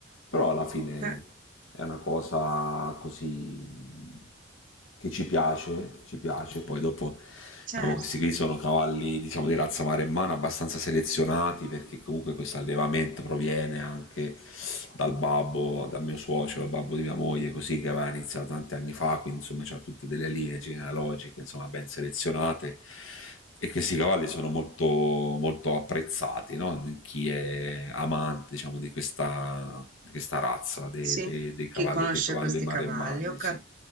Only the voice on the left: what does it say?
Però alla fine
è una cosa così che ci piace, ci piace, poi dopo
diciamo, questi qui sono cavalli diciamo, di razza maremmana abbastanza selezionati perché comunque questo allevamento proviene anche dal babbo, dal mio suocero, dal babbo di mia moglie, così che aveva iniziato tanti anni fa, quindi insomma c'ha tutte delle linee genealogiche insomma, ben selezionate e questi cavalli sono molto, molto apprezzati, no? chi è amante diciamo, di, questa, di questa razza dei,
dei- dei cavalli,
dei cavalli
maremmani.
Sì.